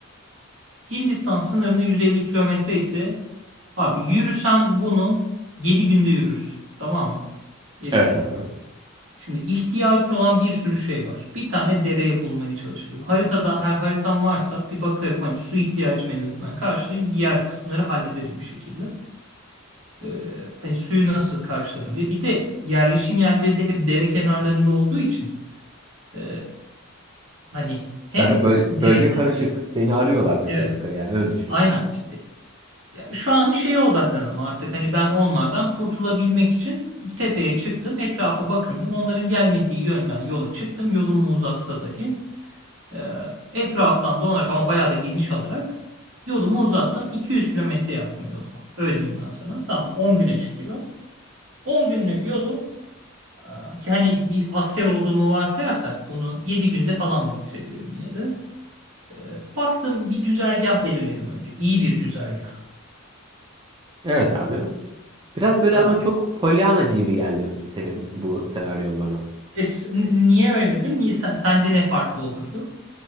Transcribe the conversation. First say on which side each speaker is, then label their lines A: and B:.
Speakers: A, on the right; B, on the right.
A: Hindistan sınırında 150 kilometre ise abi yürüsen bunu 7 günde yürürsün. Tamam mı? Yedi
B: Evet
A: günde.
B: abi.
A: Şimdi ihtiyacın olan bir sürü şey var. Bir tane dereye bulmaya çalışırım. Haritada eğer haritam varsa bir bakarım hani su ihtiyacımı en azından karşılayayım. Diğer kısımları hallederim bir şekilde. Ee, hani suyu nasıl karşılarım diye. Bir de yerleşim yerleri de hep dere kenarlarında olduğu için e, hani hem
B: Zaten böl-
A: dere
B: bölge karışık.
A: kenarı
B: Seni arıyorlar fıkır
A: evet
B: fıkır yani öyle düşün.
A: aynen işte Ya şu an hani şeye odaklandım artık hani ben onlardan kurtulabilmek için tepeye çıktım etrafa bakındım onların gelmediği yönden yola çıktım yolumu uzatsa dahi e, etraftan dolanarak ama bayağı da geniş alarak yolumu uzattım 200 kilometre yaptım yolumu öyle diyeyim ben sana tamam 10 güne çıktı yol 10 günlük yolu e, ki hani bir asker olduğumu varsayarsak bunu 7 günde falan da bitirebilirim yine de E, baktım bir güzergah belirlerim önce iyi bir güzergah
B: Evet abi. Biraz böyle
A: E,
B: ama çok polyanacı gibi geldi senin bu senaryon bana.
A: E, s- n- niye öyle dedin? Niye, sen- sence ne farklı olurdu?